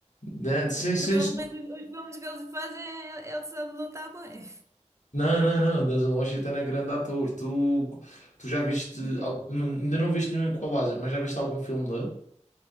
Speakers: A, on the left; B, on the right.
A: Né? Sim, sim,
B: Que normalmente
A: sim.
B: os, os filmes que eles fazem, ele, ele sabe lutar bem.
A: Não, não, não, Denzel Washington é grande ator. Tu, tu já viste,
B: <laughs>
A: al- ainda não viste nenhum Equalizer, mas já viste algum filme dele?